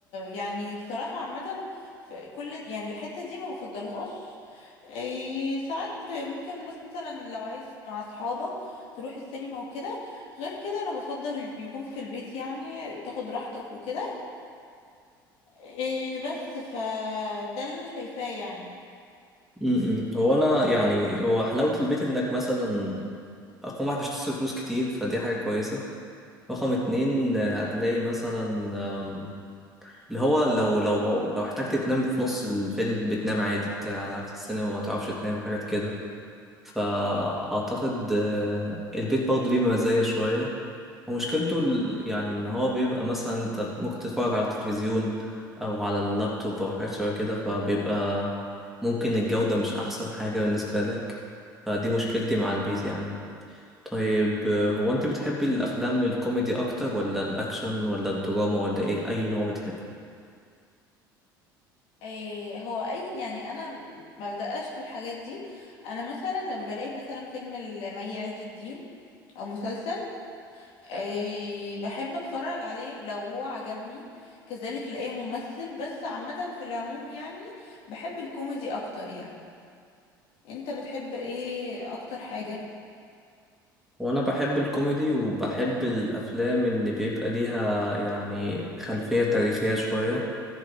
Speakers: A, on the left; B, in the centre.
A: يعني بصراحة عامة في كل يعني الحتة دي ما بفضلهاش إيه ساعات ممكن مثلا لو عايز مع أصحابك تروح السينما وكده غير كده أنا بفضل يكون في البيت يعني تاخد راحتك وكده إيه بس فده اللي أنا شايفاه يعني
B: م-م. هو أنا يعني هو حلاوة البيت إنك مثلا رقم واحد مش تصرف فلوس كتير فدي حاجة كويسة رقم اتنين آه، هتلاقي مثلا آم، اللي هو لو لو لو احتجت تنام في نص الفيلم بتنام عادي بتاع على عكس السينما ما تعرفش تنام وحاجات كده فأعتقد آه، البيت برضه ليه مزايا شوية ومشكلته ال- يعني إن هو بيبقى مثلا أنت ممكن تتفرج على التلفزيون أو على اللابتوب أو حاجات شبه كده فبيبقى ممكن الجودة مش أحسن حاجة بالنسبة لك فدي مشكلتي مع البيت يعني طيب آه، هو أنت بتحبي الأفلام الكوميدي أكتر ولا الأكشن ولا الدراما ولا إيه أي نوع بتحبي؟
A: إيه هو أي يعني أنا ما بدققش في الحاجات دي أنا مثلا لما بلاقي مثلا فيلم لمي عز الدين أو مسلسل أي بحب اتفرج عليه لو هو عجبني كذلك لأي ممثل بس عامة في العموم يعني بحب الكوميدي اكتر يعني انت بتحب ايه اكتر حاجة
B: وانا بحب الكوميدي وبحب الافلام اللي بيبقى ليها يعني خلفية تاريخية شوية